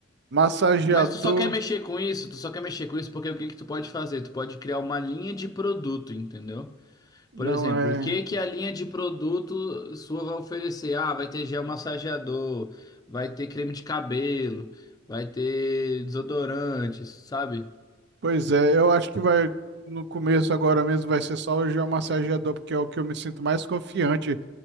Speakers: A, on the right (about 60°); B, on the left (about 20°).
A: massageador,
B: Mas tu só quer mexer com isso, tu só quer mexer com isso porque o que que tu pode fazer? Tu pode criar uma linha de produto, entendeu?
A: não
B: Por exemplo,
A: é.
B: o que que a linha de produto sua vai oferecer? Ah, vai ter gel massageador, vai ter creme de cabelo, vai ter desodorantes, sabe?
A: Pois é, eu acho que vai no começo agora mesmo vai ser só o geomassageador, porque é o que eu me sinto mais confiante